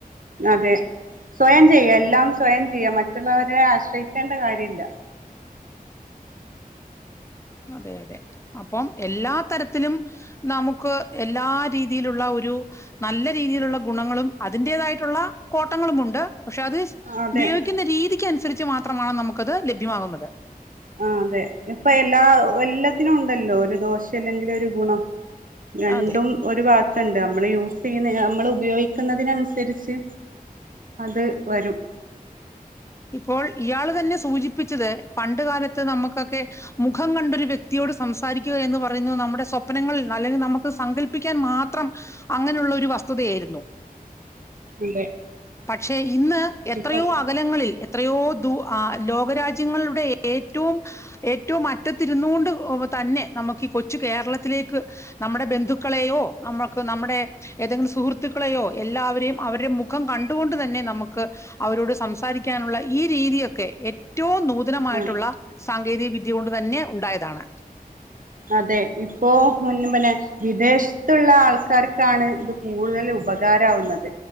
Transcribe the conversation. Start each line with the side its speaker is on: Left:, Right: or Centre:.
Right: അതെ സ്വയം ചെയ്യാ എല്ലാം സ്വയം ചെയ്യ മറ്റുള്ളവരെ ആശ്രയിക്കേണ്ട കാര്യമില്ല
Left: അതെ അതെ അപ്പം എല്ലാ തരത്തിലും നമുക്ക് എല്ലാ രീതിയിലുള്ള ഒരു നല്ല രീതിയിലുള്ള ഗുണങ്ങളും അതിറതായിട്ടുള്ള കോട്ട ങ്ങളുംുണ്ട് പക്ഷെ അത്
Right: അതെ
Left: ഉപയോഗിക്കുന്ന രീതി അനുസരിച്ച് മാത്രമാണ് നമുക്കത് ലഭ്യമാകുന്നത്
Right: ആ അതെ ഇപ്പൊ എല്ലാ എല്ലാത്തിനും ഉണ്ടല്ലോ ഒരു ദോശ അല്ലെങ്കില ഒരു ഗുണം രണ്ടും
Left: അതെ
Right: ഒരു വാത്തുണ്ട് നമ്മള് യൂസ് ചെയ്യുന്ന നമ്മൾ ഉപയോഗിക്കുന്നതിനനുസരിച്ച് അത് വരും
Left: ഇപ്പോൾ ഇയാൾ തന്നെ സൂചിപ്പിച്ചത് പണ്ട് കാലത്ത് നമുക്കൊക്കെ മുഖം കണ്ടൊരു വ്യക് വ്യക്തിയോട് സംസാരിക്കുക എന്ന് പറയുന്നത് നമ്മുടെ സ്വപ്നങ്ങളിൽ അല്ലെങ്കിൽ നമുക്ക് സങ്കല്പിക്കാൻ മാത്രം അങ്ങനെയുള്ള ഒരു വസ്തുതയായിരുന്നു
Right: അതെ
Left: പക്ഷെ ഇന്ന് എത്രയോ
Right: ഇപ്പൊ
Left: അകലങ്ങളിൽ എത്രയോ ദ ലോകരാജ്യങ്ങളുടെ ഏറ്റവും ഏറ്റവും അറ്റത്തിരുന്ന കൊണ്ട് തന്നെ നമുക്ക് ഈ കൊച്ചു കേരളത്തിലേക്ക് നമ്മുടെ ബന്ധുക്കളെയോ നമുക്ക് നമ്മുടെ ഏതെങ്കിലും സുഹൃത്തുക്കളെയോ എല്ലാവരെയും അവരുടെ മുഖം കണ്ടുകൊണ്ട് തന്നെ നമുക്ക് അവരോട് സംസാരിക്ക ാനുള്ള ഈ രീതിയൊക്കെ ഏറ്റവും നൂതനമായിട്ടുള്ള
Right: ആഹ്
Left: സാങ്കേതിക വിദ്യ കൊണ്ട് തന്നെ ഉണ്ടായതാണ്
Right: അതെ ഇപ്പോൊ പിന്നെ വിദേശത്തുള്ള ആൾക്കാർക്കാണ് ഇത് കൂടുതൽ ഉപകാരവുന്നത്